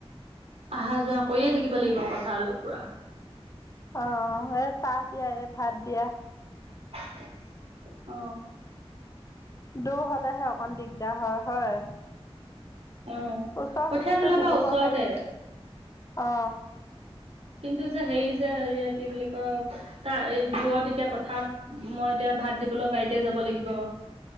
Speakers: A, on the right; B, on the left.
A: অহা-যোৱা কৰিয়ে থাকিব লাগিব পথাৰলৈ পুৰা।
B: অ এ চাহ দিয়া এই ভাত দিয়া।
A: <unintelligible> অ
B: দূৰ হ'লেহে অকণ দিগদাৰ হয় হয়।
A: অ
B: ওচৰ
A: কঠীয়া
B: খিনিতো
A: তোলা
B: দিবগৈ
A: বা ওচৰতে
B: পাৰিম অ।
A: কিন্তু যে হেৰি যে এয়া কি বুলি কয় তাৰ এই দূৰত এতিয়া পথাৰত। মই এতিয়া ভাত দিবলৈ গাড়ীতে যাব লাগিব।